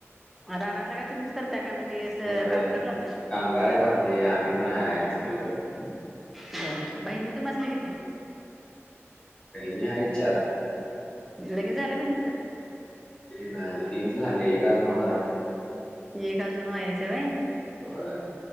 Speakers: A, in the centre; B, on the left (about 20°).
A: रानातलं का तुम्हीच करता का म्हणजे असं
B: होय.
A: कामगार लावले
B: कामगार आहेत आपली आम्ही पण हाय सगळी करतो
A: बरं बहिणी तुम्हाच नाही किती? <inaudible>
B: पहिन अयचार.
A: लगेन झालं पण
B: ह तीन झाली एक अजून होणार आहे.
A: एक अजून व्हायचं व्हय
B: हो